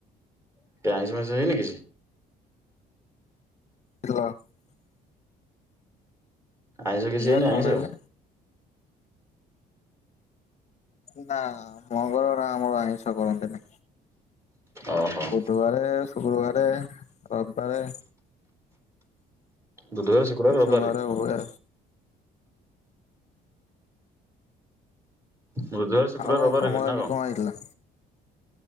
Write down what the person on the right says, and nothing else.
ଟିକେ ଆଇଁଷ ଫାଇଁସ ହେଇନି କିଛି?
ଆଇଁଷ
କିଛି ହେଇନି ଆଇଁଷ?
ଓହୋ
ବୁଧବାରେ ଶୁକ୍ରୁବାରେ
ରବିବାରେ।
ବୁଧବାରେ ଶୁକ୍ରବାରେ
ରବବାରେ
ହୁଏ। ନା
କଣ?